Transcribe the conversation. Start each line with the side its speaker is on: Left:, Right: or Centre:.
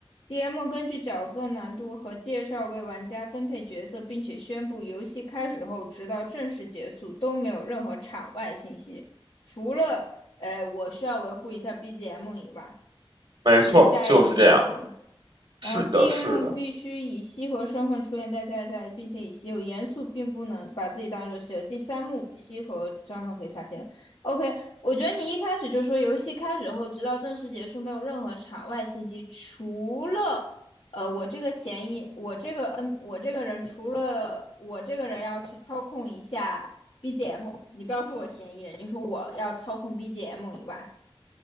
Left: DM 根据角色难度和介绍为玩家分配角色，并且宣布游戏开始后，直到正式结束都没有任何场外信息，除了呃我需要维护一下 BGM 以外，
Right: 没错儿，
Left: 你就加一句这个。
Right: 就是这样。
Left: 然后
Right: 是的，
Left: DM
Right: 是的。
Left: 必须以西河身份出现在在在，并且以西有严肃，并不能把自己当做西河。第三幕，西河身份可以下线了 OK，我觉得你一开始就说游戏开始后，直到正式结束，没有任何场外信息，除了呃我这个嫌疑，我这个嗯我这个人，除了我这个人要去操控一下 BGM，你不要说我是嫌疑人，你就说我要操控 BGM 以外，